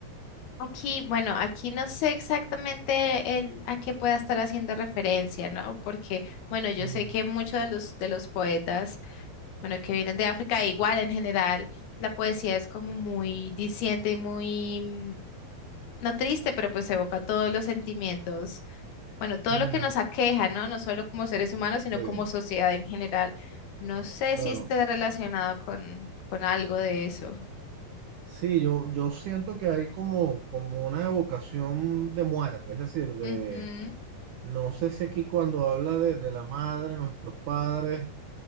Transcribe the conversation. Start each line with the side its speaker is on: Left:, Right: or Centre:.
Left: Aquí, bueno, aquí no sé exactamente el, a qué pueda estar haciendo referencia, ¿no? Porque, bueno, yo
Right: Mm,
Left: sé que muchos de los, de los poetas, bueno, que vienen de África, igual en general, la poesía es como muy diciente y muy, mm, no triste, pero pues evoca todos los sentimientos bueno, todo
Right: mm.
Left: lo que nos aqueja, ¿no? No solo como seres humanos, sino
Right: Sí,
Left: como sociedad en general. No sé
Right: claro.
Left: si esté relacionado con, con algo de eso.
Right: Sí, yo, yo siento que hay como, como una evocación de muerte, es decir, de,
Left: Ujú,
Right: no sé si aquí cuando habla de, de la madre, nuestros padres,